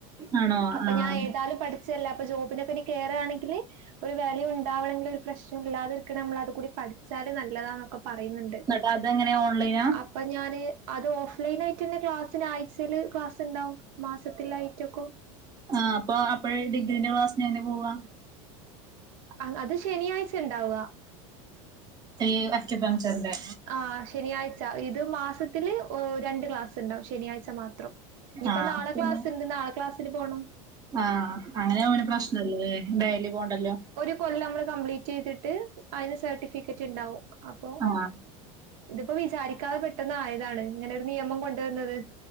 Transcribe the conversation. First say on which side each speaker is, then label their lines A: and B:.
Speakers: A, on the right; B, on the right.
A: ആണോ
B: അപ്പൊ
A: ആഹ്
B: ഞാൻ ഏതായാലും പഠിച്ചല്ലേ അപ്പൊ ജോബിനൊക്കെനി കേറാണെങ്കി ഒരു വിലയുണ്ടാവണമെങ്കിൽ ഒരു പ്രശ്നം ഇല്ലാതിരിക്ക നമ്മള് അത് കൂടി പഠിച്ചാല് നല്ലതാന്നൊക്കെ പറ- പറയുന്നുണ്ട്
A: എന്നിട്ട് അതെങ്ങനെ ഓൺലൈനാ
B: അപ്പ- ഞാന് അത് ഓഫ്‌ലൈനായിട്ട് തന്നെ ക്ലാസ്സിന് ആഴ്ചയില് ക്ലാസ് ഉണ്ടാവും മാസത്തിലായിട്ടൊക്കെ
A: ആഹ് അപ്പോ അപ്പോഴ്‌ ഡിഗ്രീന്റെ ക്ലാസിന് എങ്ങനെ പോവാ
B: അ അത് ശനിയാഴ്ച ഉണ്ടാവുക
A: ഈ അക്യുപഞ്ചറിന്റെ
B: ആഹ് ശനിയാഴ്ച ഇത് മാസത്തില് രണ്ട് ക്ലാസ്സ്ണ്ടാവും ശനിയാഴ്ച മാത്രം ഇനിയിപ്പൊ
A: ആഹ്
B: നാളെ
A: പിന്നെ
B: ക്ലാസ്ണ്ട് നാളെ ക്ലാസ്സിന് പോണം
A: ആഹ് അങ്ങനെ ആവുമ്പം പ്രശ്ന ഇല്ലല്ലേ ഡെയ്ലി പോണ്ടല്ലോ
B: ഈ കൊല്ലം നമ്മൾ കപ്ലീറ്റ് ചെയ്തിട്ട് അയിന് സർട്ടിഫിക്കറ്റ് ഉണ്ടാവും അപ്പോ
A: ആഹ്
B: ഇതിപ്പോ വിചാരിക്കാതെ പെട്ടെന്ന് ആയതാണ് ഇങ്ങനെ ഒരു നിയമം കൊണ്ടുവന്നത്